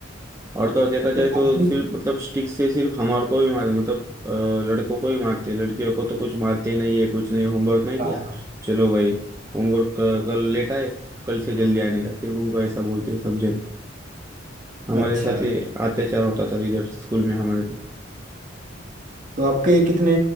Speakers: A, on the right; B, on the right.
A: और तो और देखा जाए
B: तो
A: तो
B: आप
A: सिर्फ मतलब स्टिक से सिर्फ हमारे को भी मारते मतलब अ, लड़कों को ही मारते हैं लड़कियों को तो कुछ मारते ही नहीं है कुछ नहीं होमवर्क नहीं किया
B: हाँ
A: चलो भाई होमवर्क कल लेट आए कल से जल्दी आने का सिर्फ उनको ऐसा बोलते हैं सब जन हमारे
B: अच्छा
A: साथ ही अत्याचार होता था इधर स्कूल में हमारे को
B: तो आपके कितने